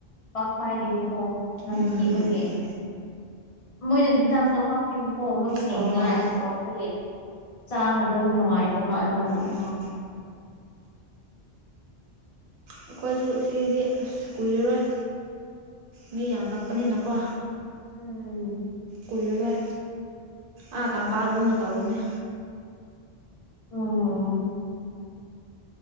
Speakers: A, on the left (about 45°); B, on the right (about 60°).
A: ꯄꯥꯛ ꯄꯥ ꯏꯗꯦꯕꯀꯣ ꯅꯝꯊꯤꯕꯒꯤ
B: ꯎꯝ ꯎꯝ ꯎꯝ
A: ꯃꯣꯏꯅ ꯍꯤꯗꯥꯛꯁꯨ ꯍꯥꯞꯄꯤꯕꯀꯣ ꯃꯣꯏ ꯁꯦꯡꯅꯤꯡꯉꯥꯏ
B: ꯑꯣ
A: ꯑꯗꯨ ꯑꯣꯏꯕꯒꯤ ꯆꯥꯅꯕꯗꯨ ꯅꯨꯡꯉꯥꯏꯇꯕ ꯑꯗꯨꯅ
B: ꯑꯣ ꯑꯩꯈꯣꯏꯁꯨ ꯁꯤꯗꯤ ꯑꯁ ꯀꯨꯏꯔꯔꯣꯏ ꯃꯤꯌꯥꯝ ꯌꯥꯝꯂꯛꯄꯅꯤꯅꯀꯣ
A: ꯎꯝ
B: ꯀꯨꯏꯔꯔꯣꯏ ꯑꯥ ꯇꯝꯄꯥꯛꯒꯨꯝꯅ ꯇꯧꯔꯅꯤ
A: <unintelligible>